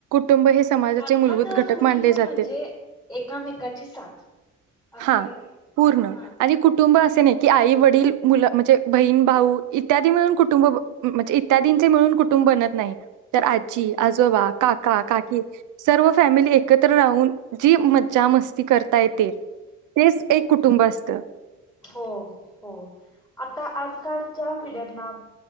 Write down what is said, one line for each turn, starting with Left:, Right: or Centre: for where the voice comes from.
Right: कुटुंब हे समाजाचे
Centre: अर्थात
Right: मूलभूत घटक
Centre: कुटुंब
Right: माडले जाते,
Centre: म्हणजे एकामेकाची साथ
Right: हा
Centre: असणारी
Right: पूर्ण
Centre: हा
Right: आणि कुटुंब असे नाही. की आई - वडील, मुलं म्हणजे बहीण -भाऊ इत्यादी मिळून कुटुंब म्हणजे इत्यादींचे मिळून कुटुंब बनत नाही तर आजी -आजोबा, काक का -काकी सर्व फॅमिली एकत्र राहून, जी मज्जा -मस्ती करता येते तेच एक कुटुंब असत.
Centre: हो हो आता आजकालच्या पिढ्यांना